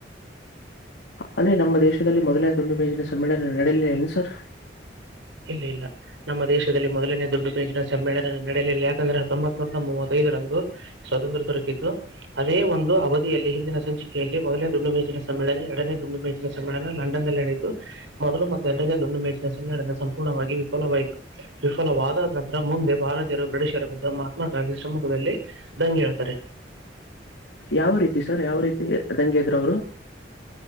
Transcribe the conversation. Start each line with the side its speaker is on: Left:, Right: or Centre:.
Left: ಅಂದರಿ ನಮ್ಮ ದೇಶದಲ್ಲಿ ಮೊದಲೇ ದುಂಡು ಮೇಜಿನ ಸಮ್ಮೇಳನ ನಡೆಯಲಿಲ್ಲ ಇನು ಸರ್
Right: ಇಲ್ಲ ಇಲ್ಲ ನಮ್ಮ ದೇಶದಲ್ಲಿ ಮೊದಲನೇ ದುಡ್ಡು ಮೇಜಿನ ಸಮ್ಮೇಳನ ನಡೆಯಲಿ ಯಾಕಂದ್ರೆ ಹಾತೊಂಬತು ವರ್ಷ ಮೂವತ್ತೈದರಂದು ಸ್ವಾತಂತ್ರ್ಯ ತೊರ ಅದೇ ಒಂದು ಅವಧಿಯಲ್ಲಿ ಹಿಂದಿನ ಸಂಚಿಕ ಲ್ಲಿ ಮೊದನೇ ದುಂಡು ಮೇಜಿನ ಸಮ್ಮೇಳನ ಎರಡನೇ ದುಂಡು ಮೇಜಿನ ಸಮ್ಮೇಳನ ಲಂಡನ್ ನಡಿತು ಮೊದಲು ಮತ್ತು ಎರಡನ ದುಂಡು ಮೇಜಿನ ಸಮ್ಮೇಳನ ಪೂರ್ಣವಾಗಿ ವಿಫಲವಾಯಿತು ವಿಫಲವಾದ ನಂತರ ಮುಂದೆ ಭಾರತೀಯರು ಬ್ರಿಟಿಷರ ಬುದ್ಧ ಮಹಾತ್ಮ ಗಾಂಧಿ ಸಮ್ಮುಖದಲ್ಲಿ ದಂಗೆ ಹೇಳ್ತಾರೆ
Left: ಯಾವ ರೀತಿ ಸರ್ ಯಾವ ರೀತಿ ದಂಗೆ ಎದ್ರು ಅವರು